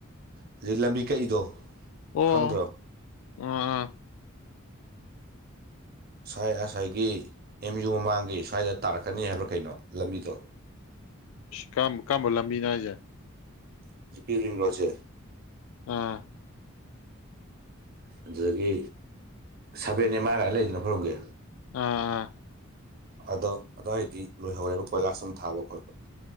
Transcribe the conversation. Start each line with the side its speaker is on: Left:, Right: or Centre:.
Right: ꯍꯧꯖꯤꯛ ꯂꯝꯕꯤ ꯀꯛꯏꯗꯣ
Left: ꯑꯣ
Right: ꯈꯪꯗ꯭ꯔꯣ
Left: ꯑꯥ ꯑꯥ
Right: ꯁ꯭ꯋꯥꯏ ꯑꯁꯥꯏꯒꯤ ꯑꯦꯝꯌꯨ ꯃꯃꯥꯡꯒꯤ ꯁ꯭ꯋꯥꯏꯗ ꯇꯥꯔꯛꯀꯅꯤ ꯍꯥꯏꯕ꯭ꯔꯥ ꯀꯩꯅꯣ ꯂꯝꯕꯤꯗꯣ
Left: ꯀꯝ ꯀꯃꯕ ꯂꯝꯕꯤ ꯅꯅꯥꯖꯦ
Right: <unintelligible>
Left: ꯑꯥ
Right: ꯑꯗꯨꯗꯒꯤ ꯁꯕꯦꯟ ꯑꯦꯝ ꯑꯥꯏ ꯂꯥꯏꯅ ꯂꯩꯗꯅ ꯈꯣꯏꯔ‌ꯣꯝꯒꯦ
Left: ꯎꯝ
Right: ꯑꯗꯣ ꯑꯗꯨꯋꯥꯏꯗꯤ ꯂꯣꯏꯍꯧꯔꯦꯕ ꯀꯣꯏꯂꯥꯁ ꯑꯗꯨꯨꯝ ꯊꯥꯕ ꯈꯣꯠꯄ